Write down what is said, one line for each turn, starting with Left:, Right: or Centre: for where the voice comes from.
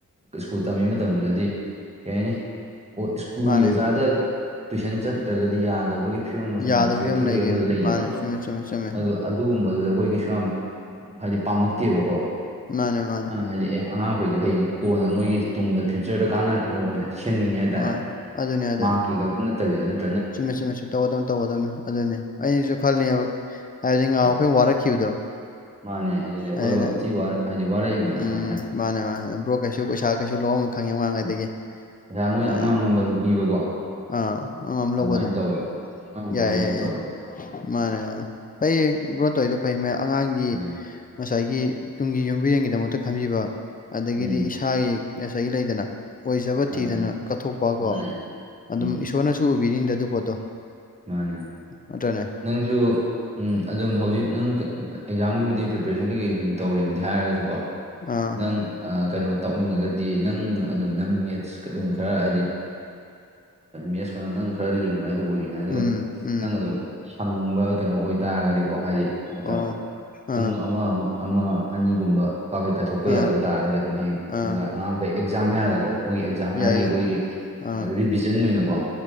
Right: ꯁ꯭ꯀꯨꯜ ꯇꯝꯃꯤ ꯃꯇꯝꯗꯨꯗꯗꯤ ꯀꯩ ꯍꯥꯏꯅꯤ ꯑꯣ ꯁ꯭ꯀꯨꯜꯒꯤ
Left: ꯃꯥꯅꯦ
Right: ꯑꯣꯖꯥꯗ ꯇꯨꯏꯁꯟ ꯆꯠꯇ꯭ꯔꯒꯗꯤ ꯌꯥꯗꯕꯒꯤ ꯐꯤꯕꯝ ꯑꯃ ꯁꯨꯝ
Left: ꯌꯥꯗꯕ
Right: ꯂꯥꯛꯁꯤꯜꯂꯛꯈꯤꯕꯒꯤ
Left: ꯐꯤꯕꯝ ꯂꯩꯒꯤꯕꯅꯦ
Right: ꯑꯃ ꯂꯩꯈꯤꯗ꯭ꯔꯣ
Left: ꯃꯥꯅꯦ ꯆꯨꯝꯃꯦ ꯆꯨꯝꯃꯦ ꯆꯨꯝꯃꯦ
Right: ꯑꯣ ꯑꯗꯨꯒꯨꯝꯕꯗꯨꯗ ꯑꯩꯈꯣꯏ ꯀꯩꯁꯨ ꯌꯥꯝ ꯍꯥꯏꯗꯤ ꯄꯥꯝꯃꯛꯇꯦꯕꯀꯣ
Left: ꯃꯥꯅꯦ ꯃꯥꯅꯦ
Right: ꯍꯥꯏꯗꯤ ꯑꯦ ꯑꯉꯥꯡ ꯃꯈꯩꯗꯣ ꯍꯌꯦꯡ ꯀꯣꯟꯅ ꯃꯣꯏꯒꯤ ꯇꯨꯡꯗ ꯐ꯭ꯌꯨꯆꫪꯗ ꯀꯥꯟꯅꯔꯛꯅꯕ ꯑꫭꯏꯅ ꯁꯦꯝꯅꯤꯡꯉꯦ ꯍꯥꯏꯇꯥꯔꯦ
Left: ꯃꯥꯅꯦ ꯑꯗꯨꯅꯦ ꯑꯗꯨꯅꯦ
Right: ꯃꯥꯛꯀꯤ ꯈꯛ ꯅꯠꯇꯕꯤꯗꯅ
Left: ꯆꯨꯝꯃꯦ ꯆꯨꯝꯃꯦꯁ ꯇꯧꯒꯗꯕꯅꯤ ꯇꯧꯒꯗꯕꯅꯤ ꯑꯗꯨꯅꯤ ꯑꯩꯩꯅꯁꯨ ꯈꯜꯂꯤꯕ ꯍꯥꯏꯕꯗꯤ ꯉꯍꯧ
Right: ꯎꯝ
Left: ꯑꯈꯣꯏꯅ ꯋꯥꯔꯛꯈꯤꯕꯗꯣ
Right: ꯃꯥꯅꯦ ꯑꯗꯨꯅꯦ ꯑꯩꯈꯣꯏ
Left: ꯑꯗꯨꯅ
Right: ꯊꯤ ꯋꯥꯔꯛ ꯍꯥꯏꯗꯤ ꯋꯥꯔꯛꯏꯅꯤꯅ
Left: ꯎꯝ
Right: ꯁꯃꯥꯏꯅ
Left: ꯃꯥꯅꯦ ꯃꯥꯅꯦ ꯕ꯭ꯔꯣ ꯀꯩꯁꯨ ꯄꯩꯁꯥ ꯀꯩꯁꯨ ꯂꯣꯡ ꯈꯪꯉꯤ ꯑꯉꯥꯡꯉꯩꯗꯒꯤ
Right: ꯎꯝ, ꯄꯩꯁꯥ ꯃꯣꯏꯅ
Left: ꯑꯥ
Right: ꯑꯉꯝ ꯑꯉꯝꯕ ꯑꯗꯨꯝ ꯄꯤꯕꯀꯣ
Left: ꯑ ꯑꯉꯝ ꯉꯝ ꯂꯧꯕ
Right: ꯑꯗꯨꯃꯥꯏꯅ
Left: ꯑꯗꯨꯝ
Right: ꯇꯧꯋꯦꯕ ꯑꯉꯥꯡ ꯑꯃ
Left: ꯌꯥꯏ
Right: ꯂꯧꯕꯤꯗꯨ
Left: ꯌꯥꯏ
Right: ꯇꯧꯋꯦꯕ
Left: ꯌꯥꯏ ꯃꯥꯅꯦ ꯃꯥꯅꯦ ꯐꯩ ꯏꯕ꯭ꯔꯣꯣꯟꯇꯗꯣ ꯐꯩ ꯑꯉꯥꯡꯒꯤ
Right: ꯍꯣꯏ
Left: ꯉꯁꯥꯏꯒꯤ ꯇꯨꯡꯒꯤ ꯌꯨꯝꯕꯤꯔꯡꯒꯤꯗꯃꯛꯇ ꯈꯟꯕꯤꯕ ꯑꯗꯒꯤꯗꯤ
Right: ꯎꯝ
Left: ꯏꯁꯥꯒꯤ ꯉꯁ ꯂꯩꯗꯅ ꯑꯣꯏꯖꯕ ꯊꯤꯗꯅ
Right: ꯑꯥ ꯑꯥ
Left: ꯀꯠꯊꯣꯛꯄ
Right: ꯃꯥꯅꯦ
Left: ꯀꯣ ꯑꯗꯨꯝ
Right: ꯎꯝ
Left: ꯏꯁꯣꯔꯅ ꯎꯕꯤꯔꯤꯟꯗ ꯑꯗꯨ ꯄꯣꯠꯇꯣ
Right: ꯃꯥꯅꯦ
Left: ꯅꯠꯇ꯭ꯔꯅꯦ
Right: ꯅꯪꯁꯨ ꯎꯝ ꯑꯗꯨꯝ ꯍꯧꯖꯤꯛ ꯅꯪ ꯑꯦꯛꯖꯥꯝꯒꯤꯕꯨꯗꯤ ꯄ꯭ꯔꯤꯄꯦꯔꯦꯁꯟ ꯀꯩꯀꯩ ꯁꯨꯝ ꯇꯧꯔꯦꯕꯨꯗꯤ ꯍꯥꯏꯔꯒꯁꯨ ꯀꯣ
Left: ꯑꯥ
Right: ꯅꯪ ꯀꯩꯅꯣ ꯇꯧꯅꯤꯡꯉꯒꯗꯤ ꯅꯪ ꯑꯗꯨꯝ ꯅꯪ ꯃꯦꯠꯁ ꯑꯗꯨꯝ ꯈꯔ ꯍꯥꯏꯗꯤ ꯃꯦꯁ ꯈꯔ ꯅꯪ ꯈꯔ ꯂꯤꯡꯕ ꯍꯥꯏ ꯑꯗꯨ ꯑꯣꯏꯒ ꯑꯗꯨꯒ
Left: ꯎꯝ ꯎꯝ
Right: ꯅꯪ ꯑꯗꯨꯝ ꯁꯪꯕ ꯀꯩꯅꯣ ꯑꯣꯏꯇꯥꯥꯔꯒꯗꯤꯀꯣ ꯍꯥꯏꯗꯤ ꯃꯇꯝ
Left: ꯑꯣ ꯑꯥ
Right: ꯄꯨꯡ ꯑꯃ ꯑꯃ ꯑꯅꯤꯒꯨꯝꯕ ꯀꯥꯐꯩ ꯀꯥꯏꯊꯣꯛꯄ
Left: ꯑꯥ
Right: ꯌꯥꯗꯧ ꯇꯥꯔꯒꯗꯤ ꯑꯗꯨꯝ ꯍꯌꯦꯡ
Left: ꯑꯥ
Right: ꯁꯤꯗ ꯑꯉꯥꯡ ꯃꯈꯩ ꯑꯦꯛꯖꯥꯝ ꯃꯌꯥꯗꯀꯣ ꯃꯣꯏꯒꯤ ꯑꯦꯛꯖꯥꯝ ꯃꯌꯥꯒꯤ
Left: ꯌꯥꯏ ꯌꯥꯏ
Right: ꯑꯈꯣꯏꯒꯤ
Left: ꯑꯥ
Right: ꯔꯤꯚꯤꯖꯟ ꯑꯣꯏꯅꯀꯣ